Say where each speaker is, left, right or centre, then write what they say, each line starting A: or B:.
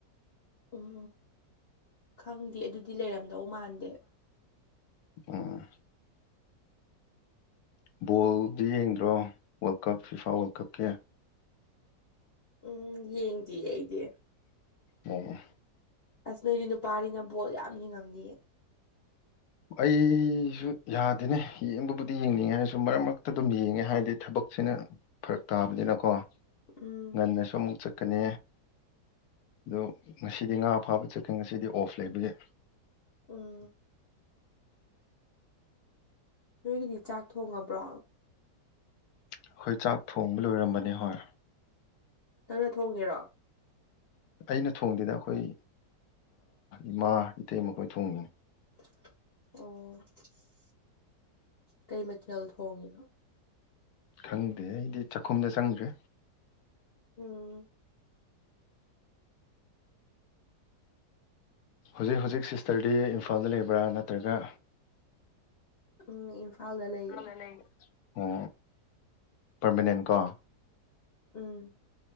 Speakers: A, on the left; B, on the left.
A: ꯎꯝ ꯈꯪꯗꯦ ꯑꯗꯨꯗꯤ ꯂꯩꯔꯝꯗꯧ ꯃꯥꯟꯗꯦ
B: ꯑ ꯕꯣꯜꯗꯤ ꯌꯦꯡꯗ꯭ꯔꯣ ꯋꯥꯔꯜ ꯀꯞ ꯐꯤꯐꯥ ꯋꯥꯔꯜ ꯀꯞꯀꯤ
A: ꯎꯝ ꯌꯦꯡꯗꯤ ꯑꯩꯗꯤ
B: ꯑꯣ
A: ꯑꯁꯅꯔꯤ ꯅꯨꯄꯥꯅꯤꯅ ꯕꯣꯜ ꯌꯥꯝ ꯍꯡꯉꯝꯅꯤꯑ
B: ꯑꯩꯁꯨ ꯌꯥꯗꯦꯅꯦ ꯌꯦꯡꯕꯕꯨꯗꯤ ꯌꯦꯡꯅꯤꯡꯉꯦ ꯍꯥꯏꯔꯁꯨ ꯃꯔꯛ ꯃꯔꯛꯇ ꯑꯗꯨꯝ ꯌꯦꯡꯉꯦ ꯍꯥꯏꯔꯗꯤ ꯊꯕꯛ ꯊꯛꯁꯤꯅ ꯐꯔꯛ ꯇꯥꯕꯅꯤꯅꯀꯣ
A: ꯎꯝ
B: ꯉꯟꯅꯁꯨ ꯑꯃꯨꯛ ꯆꯠꯀꯅꯤ ꯑ ꯉꯁꯤꯗꯤ ꯉꯥ ꯐꯥꯕ ꯆꯠꯀꯦ ꯉꯁꯤꯗꯤ ꯑꯣꯐ ꯂꯩꯕ ꯌꯥꯏ
A: ꯎꯝ ꯅꯣꯏꯒꯤꯗꯤ ꯆꯥꯛ ꯊꯣꯡꯉꯕ꯭ꯔꯣ
B: ꯑꯩꯈꯣꯏ ꯆꯥꯛ ꯊꯣꯡꯕ ꯂꯣꯏꯔꯝꯕꯅꯦ ꯍꯣꯏ
A: ꯅꯪꯅ ꯊꯣꯡꯉꯦꯔꯣ
B: ꯑꯩꯅ ꯊꯣꯡꯗꯗ ꯑꯩꯈꯣꯏ ꯏꯃꯥ ꯏꯇꯩ ꯃꯈꯈꯣꯏ ꯊꯣꯡꯉꯤꯅꯤ
A: ꯑꯣ ꯀꯩ ꯃꯊꯦꯜ ꯊꯣꯡꯉꯤꯅꯣ
B: ꯈꯪꯗꯦ ꯑꯩꯗꯤ ꯆꯥꯛꯈꯨꯝꯗ ꯆꯪꯗ꯭ꯔꯦ
A: ꯎꯝ <inaudible>
B: ꯍꯧꯖꯤꯛ ꯍꯧꯖꯤꯛ ꯁꯤꯁꯇꯔꯗꯤ ꯏꯝꯐꯥꯜꯗ ꯂꯩꯕ꯭ꯔꯥ ꯅꯠꯇ꯭ꯔꯒ
A: ꯎꯝ ꯏꯝꯐꯥꯜꯗ ꯂꯩꯌꯦ
B: ꯑꯣ ꯄꯔꯃꯅꯦꯟ ꯀꯣ
A: ꯎꯝ